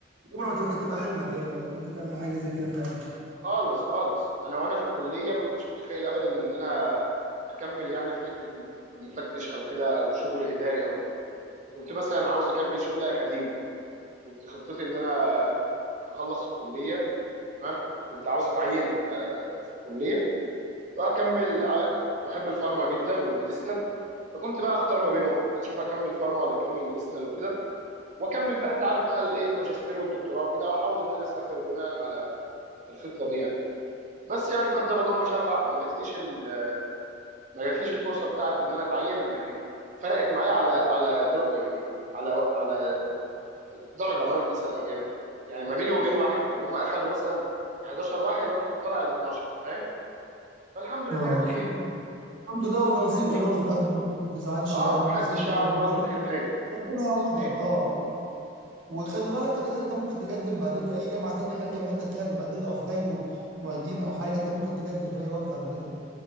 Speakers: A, on the right; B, on the right.
A: عمرها ما تبقى كانت تبقى حلمك يعني ولا ان انت تعمل حاجه زي كده في حياتك
B: خالص خالص انا وانا في الكليه ما كنتش متخيل ابدا ان انا اكمل يعني في حته م- مفتش او كده او شغل اداري او كده كنت مثلا عاوز اكمل شغل اكاديمي كنت خطتي ان انا اخلص الكليه تمام كنت عاوز اتعين آه، في الكليه واكمل ع- كنت بحب الفارما جدا والميديسنال فكنت بقى اختار ما بينهم اشوف اكمل فارما ولا اكمل ميديسنال وكده واكمل بقى انت عارف بقى الايه الماجستير والدكتوراه وكده واحاول ان انا اسافر بناء على الخطه دي يعني بس يعني قدر الله ما شاء فعل ما جاتليش ال- ما جاتليش الفرصه بتاعت ان انا اتعين يعني فرقت معايا على على رؤ- يعني على على درجه ما- مثلا او يعني يعني ما بيني وبين واحد يعني هم اخدوا مثلا 11 واحد وانا كنت طالع ال 12 فاهم فالحمد لله
A: اه
B: يعني خير
A: الحمد لله وده نصيب
B: فاهمني
A: في الاول وفي الاخر برضه ما تزعلش
B: اه
A: يعني
B: محدش
A: نصيب في
B: يعرف
A: الاول وفي
B: برضو
A: الاخر
B: الخير فين
A: ربنا يعوضك
B: صحيح
A: اه و- وخلي بالك كده كده انت ممكن تقدم بعدين في اي جامعه تانية غير جامعتك يعني بعدين لو احتاجوا معيدين او حاجه انت ممكن تقدم في اي وقت على فكره